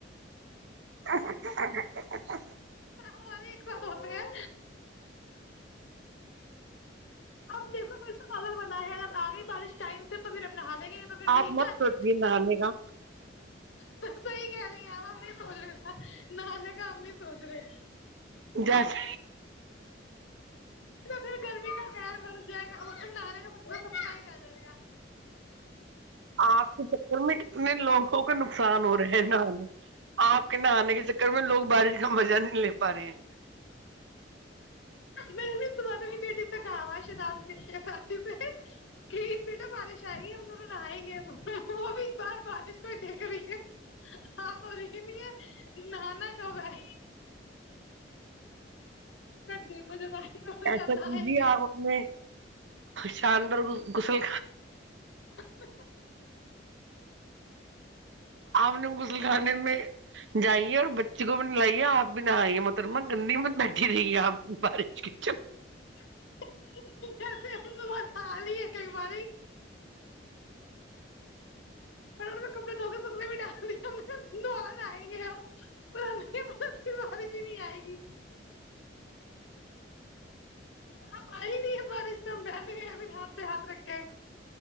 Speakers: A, on the right; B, on the left.
A: <inaudible>
B: ہم ہمارے ایک ساتھ ہوتے ہیں اب دیکھو وسا بگل بنا ہے اگر آگے ہی بارش ٹائم تو پھر ہم نہا لیں گے تو پھر
A: آپ
B: نہیں
A: مت
B: آ گے
A: سوچیے نہانے کا
B: توی کہہ رہی سچ نان کام نہیں سز رہے
A: جس
B: پھر گرمی کا پغیر برس جائے گا اور کھنڈے کا مسا ہی رہ جائے گا
A: آپ کے چکر میں کتنے لوگوں کا نقصان ہو رہا ہے نہانے آپ کے نہانے کے چکر میں لوگ بارش کا مزہ نہیں لے پا رہے ہیں
B: میں س تو بیٹی سکھاوا شات سے کہ بیٹا بالش آئی ہم ت لیں گے وہ بھی بار بار کوئی دیکھ رہی ہے ہاں ب رہ نہیں ہے نانا کب ہے تک دیکھو جب آئیں گے اور
A: ایسا
B: جب لائیں
A: کیجیے
B: گے
A: آپ اپنے شاندار کھ بھی
B: <inaudible>
A: آپ نے غسل خانے میں جائیے اور بچے کو بھی ن لائیے آپ بھی نہ آئیے محترمہ گندی میں بیٹھی رہی ہے آپ بارش کی چ
B: <inaudible> بار نہ کپڑے دھو کے سکھنے بھی ڈال دوبارہ نہئیں گے ہم بارش ہی نہیں آئے گی اب آئی نہیں بارشت ہم بیہلے گئے اب ہاتھ پ ہاتھ رکھ کے